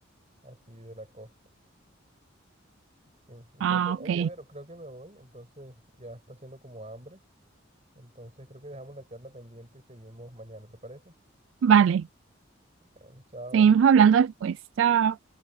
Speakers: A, on the right (about 30°); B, on the right (about 70°).
A: así de la costa. Sí. Entonces,
B: Ah, ok.
A: oye, Vero, creo que me voy, entonces ya está haciendo como hambre, entonces creo que dejamos la charla pendiente y seguimos mañana, ¿te parece?
B: Vale.
A: Bueno, chao.
B: Seguimos hablando después. Chao.